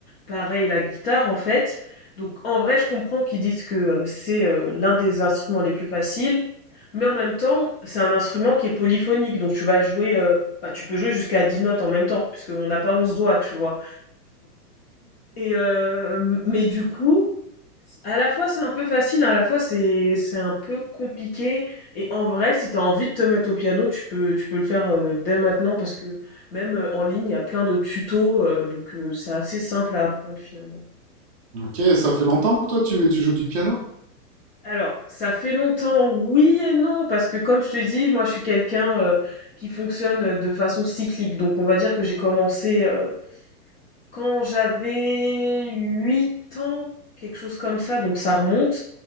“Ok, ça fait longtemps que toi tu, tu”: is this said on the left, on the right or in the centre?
Right